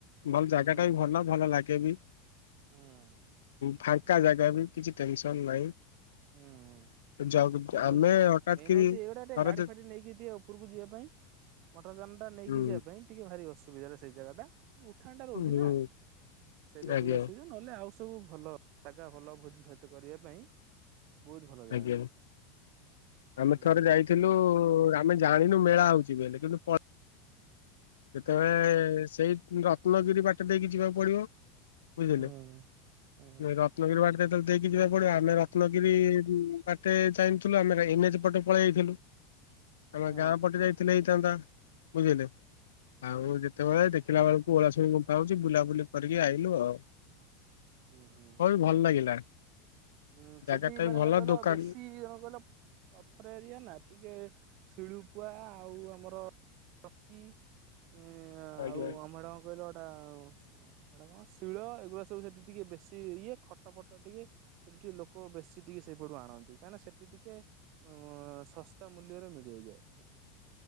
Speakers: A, on the left; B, on the right.
A: ଭଲ
B: ହୁଁ
A: ଜାଗା ଟା ବି ଭଲ ଭଲ ଲାଗେ ବି।
B: ହୁଁ।
A: ଫାଙ୍କା ଜାଗା ବି କିଛି ଟେନସନ ନାହିଁ।
B: ହୁଁ ହୁଁ।
A: ଯ
B: ମେନ୍
A: ଆମେ
B: ହଉଛି।
A: ହଠାତ୍
B: ମେନ୍
A: କିରି
B: ହଉଛି ଏଇଗୁଡା ଟିକେ
A: ଥରେ
B: ଗାଡି
A: ଯେ
B: ଫାଡି ନେଇକି ଟିକେ ଉପରକୁ ଯିବା ପାଇଁ। ମଟର ଯାନଟା ନେଇକି
A: ହୁଁ
B: ଯିବା ପାଇଁ ଟିକେ ଭାରି ଅସୁବିଧାରେ ସେଇ ଜାଗାଟା ଉଠାଣିଟା ରହୁଚି
A: ହୁଁ
B: ନା। ସେଇଟା
A: ଆଜ୍ଞା
B: ଟିକେ ଅସୁବିଧା ନହେଲେ ଆଉ ସବୁ ଭଲ। ଜାଗା ଭଲ ଭୋଜି ଭାତ କରିବା ପାଇଁ। ବହୁତ ଭଲ ଜାଗା
A: ଆଜ୍ଞା, ଆମେ
B: ହୁଁ
A: ଥରେ ଯାଇ ଥିଲୁ ଆମେ ଜାଣିନୁ ମେଳା ହଉଛି ବଲେ କିନ୍ତୁ ପ ଯେତେବେଳେ ସେଇ ରତ୍ନଗିରି ବାଟ ଦେଇକି ଯିବାକୁ ପଡିବ। ବୁଝିଲେ
B: ହୁଁ। ହୁଁ
A: ରତ ରତ୍ନଗିରି ବାଟେ ଯେତେବଳେ ଦେଇକି ଯିବାକୁ ପଡିବ ଆମେ ରତ୍ନଗିରି ବାଟେ ଯାଇ ଥୁଲୁ ଆମେ ଏନଏଚ୍ ପଟେ ପଳେଆଥିଲୁ ଆମ
B: ହୁଁ
A: ଗାଁ ପଟେ ଯାଇ ଥିଲେ ହେଇଥାନ୍ତା ବୁଝିଲେ? ଆଉ ଯେତେବେଳେ ଦେଖିଲା ବେଳକୁ ଓଳାସୁଣୀ ଗୁମଫା ହଉଛି ବୁଲାବୁଲି କରିକି ଆଇଲୁ ଆଉ।
B: ହୁଁ ହୁଁ।
A: ବହୁତ୍ ଭଲ ଲାଗିଲା।
B: ହଁ
A: ଜାଗା
B: ସେଠି
A: ଟା
B: ମାନେ
A: ବି ଭଲ
B: କଣ କହିଲ
A: ଦୋକାନ
B: ବେଶୀ କଣ କହିଲ? ପଥର ଏରିଆ ନା ଟିକେ ଶିଳୁପୁଆ ଆଉ ଆମର ଚକି ଉଁ
A: ଆଜ୍ଞା
B: ଆଉ ଆମର କଣ <unintelligible> ସେଟା କଣ ଶିଳ ଏଗୁଡ଼ା ସବୁ ସେଠି ଟିକେ ବେଶୀ ଇଏ ଖଟ ଫଟ ଖଟ ଟିକେ ସେଠୁ ଟିକେ ଲୋକ ବେଶୀ ଟିକେ ସେଇପଟୁ ଆଣନ୍ତି କାହିଁକିନା ସେଠି ଟିକେ ଅଁ ଶସ୍ତା ମୂଲ୍ୟରେ ମିଳିଯାଏ ଏଗୁରା ସେଠୁ।